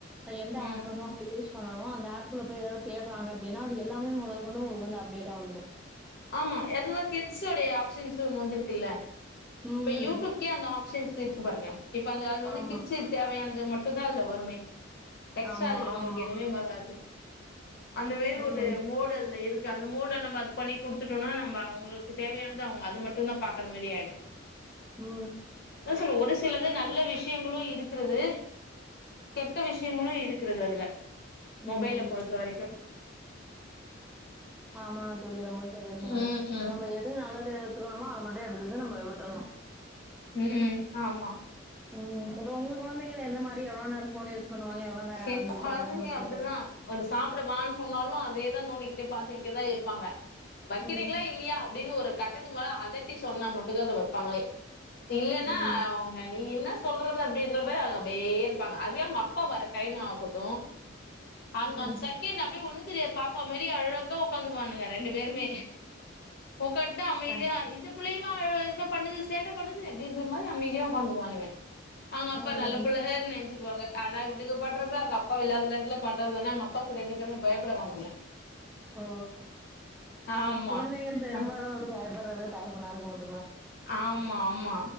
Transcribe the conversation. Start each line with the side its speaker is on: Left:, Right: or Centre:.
Centre: ஆ எந்த
Left: ம்
Centre: ஆப் வந்து அவுங்க யூஸ் ஆ அந்த ஆப் குல்ல பெய் ஏதாவ் தேட்றாங்க அப்டின்னா அது எல்லாமே முதல் கொண்டு உங்களுக்கு வந்து அப்டேட்டா வந்துரு
Left: ஆமா எதுதா கிட்ஸ்யுடைய ஆப்ஷன்ஸுன் ஒன் வந்துருக்குல்ல
Centre: ம்.
Left: இப்ப யூடூப்கே அந்த ஆப்ஷன்ஸ் இருக்கு பாருங்க இப்ப அந்த அது வந்து
Centre: ஆமா.
Left: கிச்சித் தேவையான்து மட்டு தா அதல வருமே எக்ஸ்ட்ரா
Centre: ஆமா,
Left: அதுல உங்களுக்
Centre: ஆமா.
Left: எதுமே வராது அந்த மேரி
Centre: ம்.
Left: ஒரு மோடு அதுல இருக் கு அந்த மோடா அந்த மாத் பண்ணி குடுத்துட்டோனா நம்ப அவ்ங்கள்க்கு தேவையானத அவ்ங்க அது மட்டுதா பாக்கற மாரி ஆய்டு
Centre: ஓ
Left: நா சொல்லு ஒரு சிலது நல்ல விஷ் டியன்களு இருக்றுது கெட்ட விஷயங்களு இருக்றுது அதுல மொபைல
Centre: ம்.
Left: பொறுத்த வரைக்கு
Centre: ஆமா தோழி ரொம்ப சந்தோஷமு
Left: ம் ம்
Centre: நம்ம எது நல்லது எடுத்துக்கணுமோ அர் மட்டு எடுக்குது நம்ம விட்றணு
Left: ம்ம் ஆமா
Centre: உம் இப்ப உங்க குழந்தைகள் எந்த மாரி எவ்ளோ நேர ஃபோனு யூஸ் பன்னுவாங்க எவ்ளோ நேர
Left: சரி
Centre: அடம்பிடிப்பாங்க
Left: கொழந்தைங்க
Centre: ஃபோனு
Left: அப்டிதா
Centre: கேட்டு
Left: ஒரு சாப்புட வான் சொன்னாலு அதேதா நோண்டிக்கிட்டு பாத்துக்கிட்டே தா இருப்பாங்க வக்கிரீங்ளா
Centre: ம்
Left: இ இல்லியா அப்படின்னு ஒரு கட்டத்து மேல அதட்டி சொன்னா மட்டு தா அத வெப்பாங்ளே இல்லேன்னா
Centre: ம்
Left: ஆவ் ஓங்க நீ என்ன சொல்றது அப்டின்ற மாதி அதுங்க அப்டே இருப்பாங்க அதுவே அவ்ங் அப்பா வரட் டைம் ஆகுட்டு அந்த்
Centre: ம்
Left: ஆன்சக் கே அந்த அப்டே ஒண்ணு தெரியாத் பாப்பா மெரி அழகா உக்காந்துக்வானுங்க ரெண்டு பேருமே உக்காந்ட்டா அமைதியாய்
Centre: அ
Left: இந்த புள்ளையுமா அழு இத பண்ணுது சேட்டப் பண்ணுது அப்டின்ற மாதி அமைதியா ஒக்காந்துக்வானுங்க அவ்ங்க அப்பா
Centre: ம்
Left: நல்ல பிள்ளேன் நென்ச்சிக்வாங்க ஆனாய் விடுக பன்றத்தா அங்க அப்பா இல்லாத நேரத்துல பண்றதுனா அங் அப்பாக்கு ரெண்டு பேர்யு பயப்படுவானுங்க
Centre: ஓ
Left: ஆமா
Centre: குழந்தைகள் பெரும்பாலும்
Left: அஹ்
Centre: வந்து பயப்பறத தகப்பனா இருக்க மட்
Left: ஆமா ஆமா